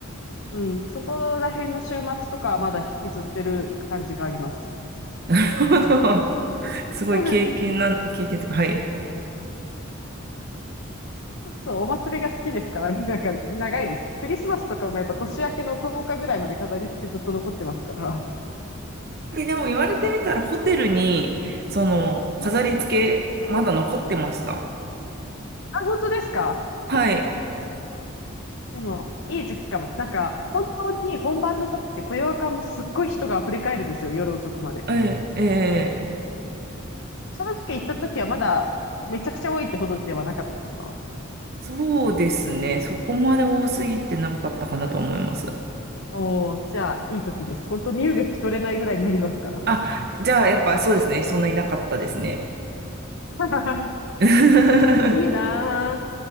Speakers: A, on the left; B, on the right.
A: うん、そこら辺の週末とかはまだ引きずってる感じがあります。
B: なるほど。すごい経験なん、
A: <laughs>
B: 経験というか、はい。
A: そう、お祭りが好きですからね。なんか、長いです。クリスマスとかもやっぱ年明けの10日ぐらいまで飾り付けずっと残ってますから。
B: で、でも言われてみたらホテルに、その、
A: うん
B: 飾り付け、まだ残ってました。
A: あ、本当ですか
B: はい。
A: でも、いい時期かも。なんか、本当に本番の時って、雇用感もすっごい人が溢れ返るんですよ、夜遅くまで。
B: ええええ
A: その時行った時はまだ、めちゃくちゃ多いってほどではなかったですか
B: そうですね。そこまで多すぎてなかったかなと思います。
A: おおー、じゃあ、いい時です。本当、身動き取れないぐらいになりますから。
B: あ、じゃあ、やっぱそうですね。そんなになかったですね。
A: <laughs>
B: <laughs>
A: いいなぁ。